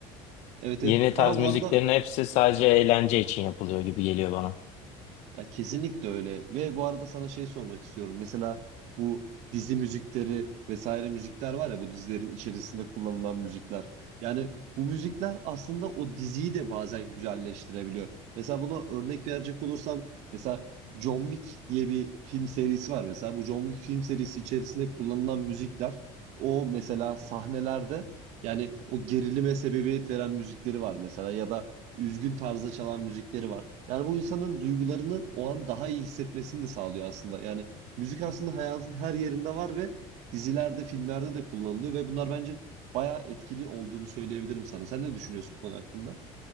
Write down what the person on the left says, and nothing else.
Yeni tarz
müziklerin
hepsi sadece eğlence için yapılıyor gibi geliyor bana.